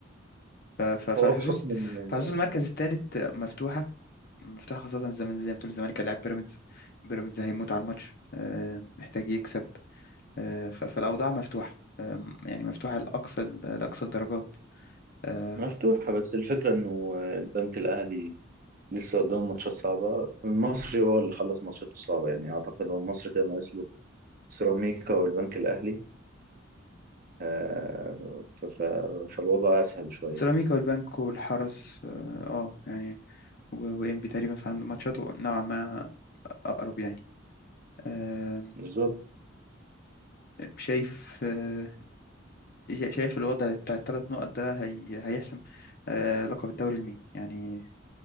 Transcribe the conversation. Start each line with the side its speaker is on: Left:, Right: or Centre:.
Left: ف- ف- فحظوظ
Right: هو بحكم إن
Left: فحظوظ المركز الثالث مفتوحة مفتوحة خاصة زي ما زي ما بتقول الزمالك هيلاعب بيراميدز بيراميدز هيموت على الماتش آه، محتاج يكسب آه، ف- فالأوضاع مفتوحة آه، يعني مفتوحة لأقصى لأقصى الدرجات آه،
Right: مفتوحة بس الفكرة إنه البنك الأهلي لسه قدام ماتشات صعبة المصري هو اللي خلص ماتشاته الصعبة يعني أعتقد هو المصري كان ناقص له سيراميكا والبنك الأهلي آه، ف- ف- فالوضع أسهل شوية
Left: سيراميكا والبنك والحرس اه آه، يعني و- وإنبي تقريبا فعنده ماتشاته نوعا ما أقرب يعني آم،
Right: بالظبط
Left: شايف آه، شايف الوضع بتاع الثلاث نقط ده هي هيحسم آه، لقب الدوري لمين يعني